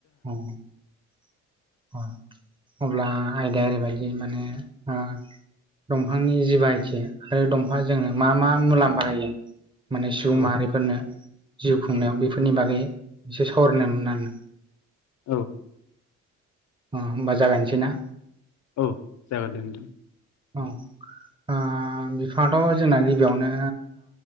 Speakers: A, on the right; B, on the left.
A: औ उम अब्ला आयदाया ओरैबायदि माने ओ दंफांनि जि बाहाय थि आरो दंफाङा जोंनो मा मा मुलाम्फा होायो माने सुबुं
B: औ
A: माहारिफोरनो जिउ खुंनायाव
B: औ
A: बेफोरनि बागै एसे सावरायनायमोन आरोना
B: औ
A: अ होमबा जागायनोसै ना?
B: औ जागोन दे नोंथां।
A: औ ओ बिफाङाथ जोंना गिबियावनो